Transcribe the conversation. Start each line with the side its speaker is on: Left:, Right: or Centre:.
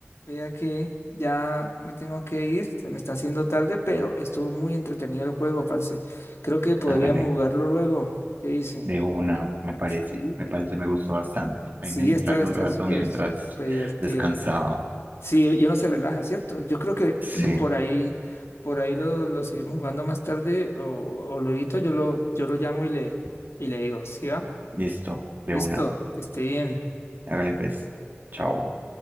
Left: vea que ya me tengo que ir, se me está haciendo tarde, pero estuvo muy entretenido el juego, parce. Creo que podríamos
Right: Hágale.
Left: jugarlo luego. ¿Qué dice?
Right: De una, me parece.
Left: Sí.
Right: Me parece, me gustó bastante.
Left: Sí,
Right: Ahí me distraje
Left: está, está
Right: un rato
Left: súper,
Right: mientras
Left: súper divertido.
Right: descansaba.
Left: Sí, y uno se relaja, ¿cierto? Yo creo que
Right: Sí,
Left: <clears throat> por ahí, por ahí lo, lo seguimos jugando más tarde o, o luego yo lo, yo lo llamo y le, y le digo, ¿sí va?
Right: listo. De
Left: Listo,
Right: una.
Left: que esté bien.
Right: Hágale pues. Chao.